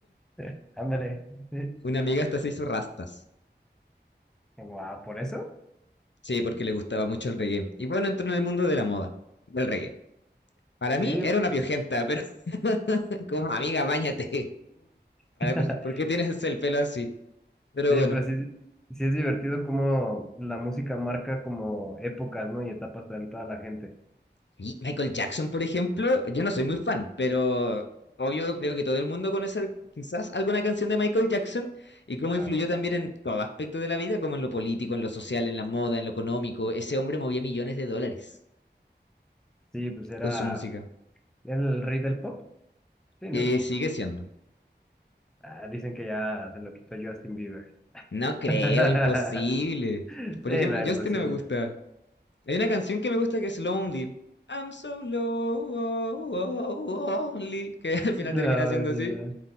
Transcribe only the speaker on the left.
<laughs>
Una amiga hasta se hizo rastas.
Sí, porque le gustaba mucho el reggae. Y bueno, entró en el mundo de la moda, del reggae. Para
mí era una piojenta, pero <laughs> como amiga, báñate. <laughs> Ahora,
¿Por por qué tienes el pelo así? Pero
bueno.
Y Michael Jackson, por ejemplo, yo no soy muy fan, pero obvio creo que todo el mundo conoce al- quizás alguna canción de Michael Jackson y cómo
influyó también en todo aspecto de la vida, como en lo político, en lo social, en la moda, en lo económico. Ese hombre movía millones de dólares
con su música.
Y
sigue siendo.
No creo,
imposible. Por
ejemplo,
Justin no me gusta. Hay una canción que me gusta que es Lonely. I'm so lonely. Que <laughs> al final
termina siendo
así.